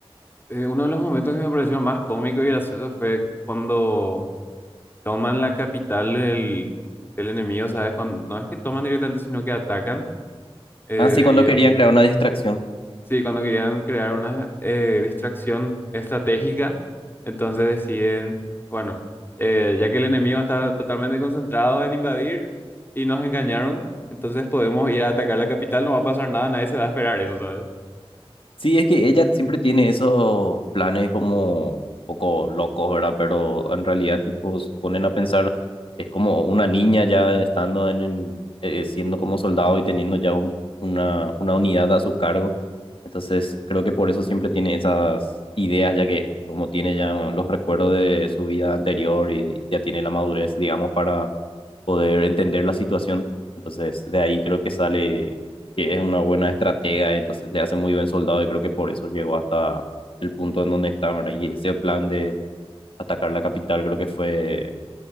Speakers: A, on the left; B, on the left.
A: Eh, uno de los momentos que me pareció más cómico y gracioso fue cuando toman la capital del, del enemigo, ¿sabes? Cuando, no es que toman directamente, sino que atacan. eh,
B: Así
A: debido.
B: cuando querían crear una distracción.
A: Sí, cuando querían crear una eh, distracción estratégica, entonces deciden, bueno, eh, ya que el enemigo está totalmente concentrado en invadir y nos engañaron, entonces podemos ir a atacar la capital, no va a pasar nada, nadie se va a esperar eso, ¿sabes?
B: Sí, es que ella siempre tiene esos planes como un poco locos, ¿verdad? Pero en realidad, tipo, se ponen a pensar, es como una niña ya estando en, en, eh, siendo como soldado y teniendo ya un- una, una unidad a su cargo. Entonces, creo que por eso siempre tiene esas ideas, ya que como tiene ya los recuerdos de su vida anterior y ya tiene la madurez, digamos, para poder entender la situación. Entonces, de ahí creo que sale que es una buena estratega, entonces le hace muy buen soldado y creo que por eso llegó hasta el punto en donde está, ¿verdad? Y ese plan de atacar la capital creo que fue